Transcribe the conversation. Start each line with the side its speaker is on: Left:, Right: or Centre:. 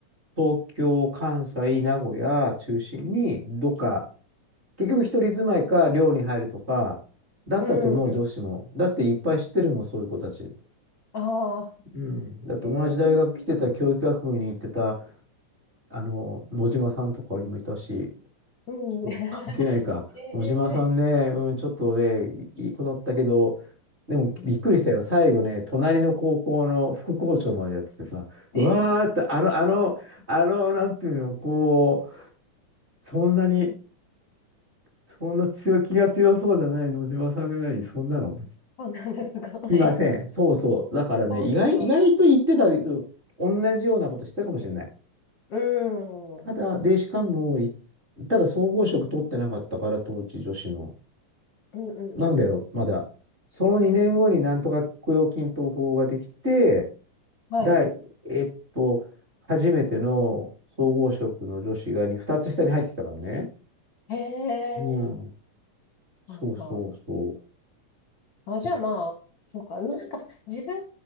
Right: 東京関西名古屋中心にどっか結局一人住まいか寮に入るとか、だったと思う女子も。
Left: うん、うん。
Right: だっていっぱい知ってるもん、そういう子たち。
Left: ああ、そ
Right: うん。だって同じ大学来てた、
Left: れ、うん。
Right: 教育学部に行ってた、あの、野島さんとかにもいたし、
Left: <laughs>
Right: そう関係ないか。
Left: ええ
Right: 野島さんね、うん、ちょっとね、いい子だったけど、でもびっくりしたよ。
Left: うん
Right: 最後ね、隣の高校の副校長までやっててさ、うわーって、
Left: えー、
Right: あの、あの、
Left: わ
Right: あの、なんていうの、こう、そんなにそんな強気が強そうじゃない野島さんが何そんなの
Left: あなんかすごい。
Right: いません。そうそう。だからね、
Left: 副校長。
Right: 意外、意外と言ってた、う同じようなことしてたかもしれない。
Left: うん、
Right: ただ、
Left: うん、
Right: で、しかも、いただ総合職取ってなかったから、当時女子の。
Left: うん、う
Right: なんだよ、
Left: ん。うん
Right: まだ。その2年後になんとか雇用均等法ができて、
Left: はい。
Right: 第、えっと、初めての総合職の女子が2、二つ下に入ってきたからね。
Left: へえ、
Right: うん。そうそうそ
Left: あ、あ、あ、じゃあまあ、
Right: う。
Left: そうか。まあ、なんか、自分、